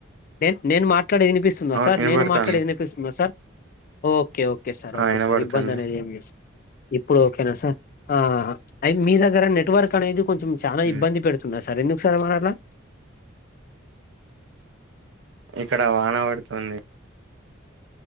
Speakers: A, on the left; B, on the right.
A: నేను నేను మాట్లాడేది వినిపిస్తుందా
B: అవును
A: సార్
B: వినబడుతాంది
A: నేను మాట్లాడేది వినిపిస్తుందా సార్ ఓకే ఓకే సార్
B: ఆ
A: ఓకే
B: వినబడుతుంది
A: సార్ ఇబ్బంది అనేది ఏం చేస్త ఇప్పుడు ఓకేనా సార్ ఆ అయి మీ దగ్గర నెట్వర్క్ అనేది కొంచెం చానా
B: ఉమ్,
A: ఇబ్బంది పెడుతున్నాది సార్ మరెందుకు సార్ మరలా
B: ఇక్కడ వాన పడుతుంది